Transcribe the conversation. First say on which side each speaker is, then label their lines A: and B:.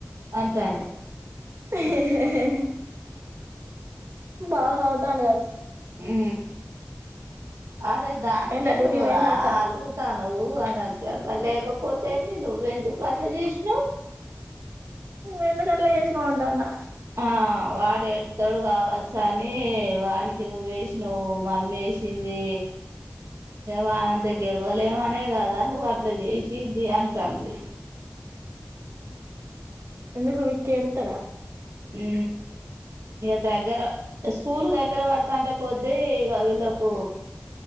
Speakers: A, on the right (about 85°); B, on the right (about 60°).
A: అంటాంది
B: ఇహ్ ఇహ బావ నవ్వుతాండు కావచ్చు
A: ఊ అరే దానికి
B: పోయిండా
A: ఎందుకురా
B: డ్యూటీకి పోయిండా అక్క
A: అలుగుతా నువ్వు అని అంట లేకపోతేంది నువ్వ ఎందుకు అట్లా చేసినావ్
B: నువ్వెందుకు అట్ల చేసినవ్ అంటుండా
A: ఆ వాడు ఎడతాడు కావచ్చ అని వాడినికి నువ్వు వేసినవ్వు మమ్మీ వేసింది. వాణిఅంత గెలవలేమనే కదా నువ్వు అట్లా చేసింది అంటంది.
B: ఎందుకు విక్కీ ఎడుతడా
A: ఉ ఇగ దగ్గర స్కూల్ దగ్గర పడతాంటే కొద్దీ ఇగ వీళ్ళకూ,